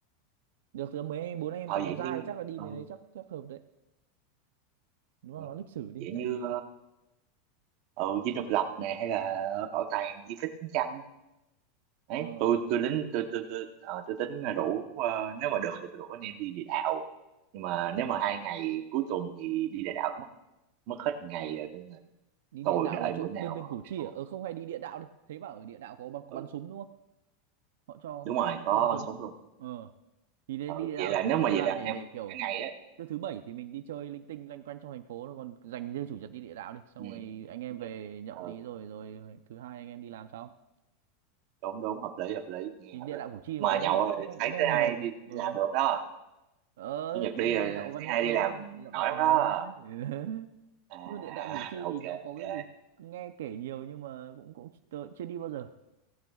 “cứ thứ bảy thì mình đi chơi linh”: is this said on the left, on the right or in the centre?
Right